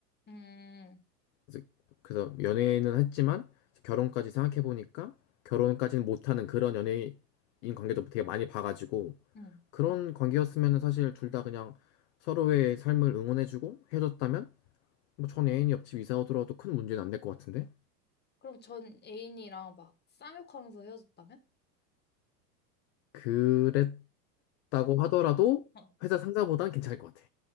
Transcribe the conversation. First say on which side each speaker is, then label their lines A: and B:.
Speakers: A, on the left; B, on the left.
A: 응,
B: 그래서, 그래서 연애는 했지만 결혼까지 생각해 보니까 결혼까지는 못하는 그런 연예인 관계도 되게 많이 봐가지고
A: 응.
B: 그런 관계였으면 사실 둘 다 그냥 서로의 삶을 응원해주고 헤어졌다면 뭐 전 애인이 옆집 이사 오더라도 큰 문제는 안 될 것 같은데
A: 그럼 전 애인이랑 막 쌍욕하면서 헤어졌다면?
B: 그랬다고 하더라도
A: 어,
B: 회사 상사보단 괜찮을 것 같아.